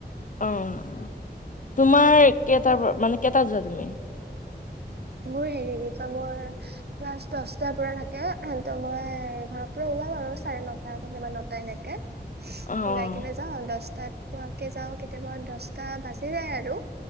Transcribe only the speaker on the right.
উম,
মোৰ হেৰি <unintelligible> ক্লাছ দচটাৰ পৰা থাকে। সিহতো মই ঘৰ পৰা ওলাম আৰু চাৰে নটা কেতিয়াবা ন তেনেকে
ওলাই কিনে যাও দচটাত পোৱাকে যাওঁ। কেতিয়াবা দচটা বাজি যায় আৰু